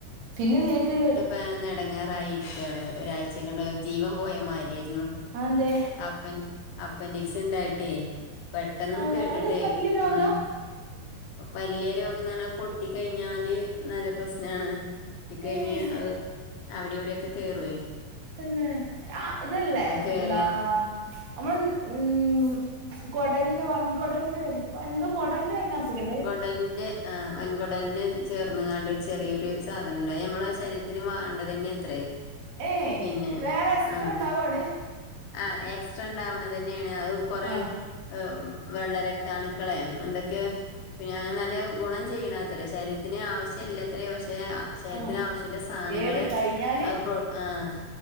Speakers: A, on the right (about 65°); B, on the left (about 80°).
A: പിന്നെ നിനക്ക്
B: പ്പാഞാനൊന്നയെടങ്ങേറായിരിക്കാണ് ഒരാഴ്ചക്കൊണ്ട് ജീവൻ പോയ മാരേര്ന്ന്.
A: അതെന്തേ
B: അപ്പൻ അപ്പൻഡിക്സ് ഉണ്ടായിട്ടേ പെട്ടെന്നെണ്ട്
A: ഏഹ്
B: കേട്ട്ട്ടെ
A: അതൊരു വല്യ രോഗാ
B: ഉം വല്യ രോഗംന്ന് പറഞ്ഞാ പൊട്ടി കയ്ഞ്ഞാല് നല്ല പ്രശ്നം ആണ് കെട്ടി കഴിഞ്ഞ്
A: ഏയ്
B: അവ് അവ്ടിംവ്ടൊക്കെ കേറൊയ്.
A: പിന്നെ ആഹ് ഇതല്ലേ
B: കേറിയ
A: എന്താ? ഞമ്മള് മ് കൊടലിന് വൻകൊടലിന് വെരുന് - എന്തോ കൊടലിന് വെര്ണ അസുഖല്ലത്
B: ടൽന്റെ ആ വൻകൊടലിന് ചേർന്ന് ങ്ങാണ്ടൊരു ചെ ചെറിയൊരു സാധനംണ്ട് അത് ഞമ്മ്ടെ ശരീരത്തിന് വേണ്ട തെന്നെ ത്രെ.
A: ഏയ്
B: പിന്നെ
A: വേറെ
B: ആ
A: <unintelligible>
B: ആഹ് എക്സ്ട്രണ്ടാവണ തന്നെയാണ് അത് കൊറെ
A: ആഹ്
B: ഏഹ് വളരെ തഅണുക്കളെ എന്തൊക്കെ പിന്നെ അങ്ങനെ നല്ല ഗുണം ചെയ്യ്ണാത്രേ ശരീരത്തിന് ആവശ്യെല്ലാത്രെ പക്ഷേ ശരീരത്തിന്
A: ആഹ്
B: ആവശ്യള്ള സാധനങ്ങള്
A: ഏറി കഴിഞ്ഞാല്
B: അത് പ്ര ആഹ്